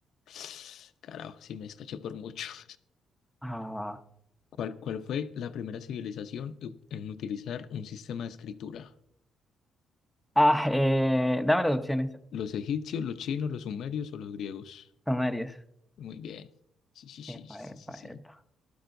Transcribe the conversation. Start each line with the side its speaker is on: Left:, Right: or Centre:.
Left: <sighs> Carajo, sí me escaché por mucho. <laughs>
Centre: Ah,
Left: ¿Cuál, cuál fue la primera civilización u- en utilizar un sistema de escritura?
Centre: ah eh, dame las opciones.
Left: ¿Los egipcios, los chinos, los sumerios o los griegos?
Centre: Son varias.
Left: Muy bien. Sí, sí, sí,
Centre: Epa,
Left: sí,
Centre: epa,
Left: sí, sí.
Centre: epa.